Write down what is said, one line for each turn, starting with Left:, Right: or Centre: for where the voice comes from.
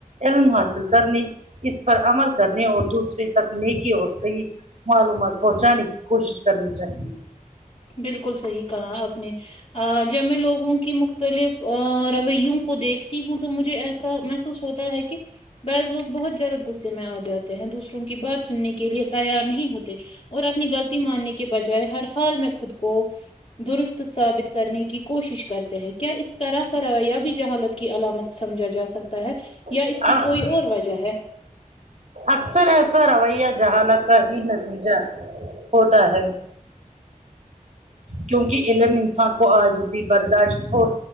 Right: علم حاصل کرنے اس پر عمل کرنے اور دوسرے تکنیکی اور کئی معلومات پہنچانے کی کوشش کرنی چاہیے
Left: بالکل صحیح کہا آپ نے جب میں لوگوں کی مق مختلف رویوں کو دیکھتی ہوں تو مجھے ایسا محسوس ہوتا ہے کہ بعض لوگ بہت زیادہ غصے میں آ جاتے ہیں دوسروں کی بات سننے کے لیے تیار نہیں ہوتے اور اپنی غلطی ماننے کے بجائے ہر حال میں خود کو درست ثابت کرنے کی کوشش کرتے ہیں کیا اس طرح کا رویا بھی جہالت کی علامت سمجھا جا سکتا ہے یا
Right: چاہیے
Left: اس کی کوئی اور وجہ ہے
Right: اکثر ایسا رویہ جہالت کا ہی نتیجہ ہوتا ہے کیونکہ علم انسان کو آج بھی برداشت ہو